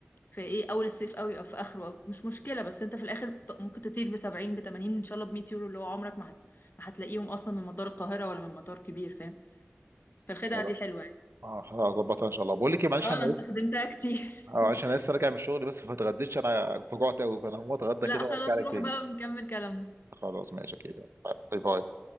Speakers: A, on the left (about 50°); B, on the right (about 70°).
A: في ايه اول الصيف قوي او في اخره أو مش مشكلة بس انت في الاخر ط- ممكن تطير بسبعين بتمانين ان شاء الله بمية يورو اللي هو عمرك ما هت- ما هتلاقيهم اصلا من مطار القاهرة ولا من مطار كبير فاهم فالخدعة
B: ولا
A: دي حلوة يعني
B: اه هظبطها ان شاء الله بقول لك ايه معلش
A: اه
B: انا
A: انا استخدمتها
B: لسه
A: كتير
B: اه
A: <laughs>
B: عشان انا لسه راجع من الشغل بس فاتغديتش انا فجعت قوي فانا هقوم اتغدى
A: لا
B: كده
A: خلاص
B: وارجع
A: روح
B: لك تاني
A: بقى ونكمل كلامنا
B: خلاص ماشي كده باي باي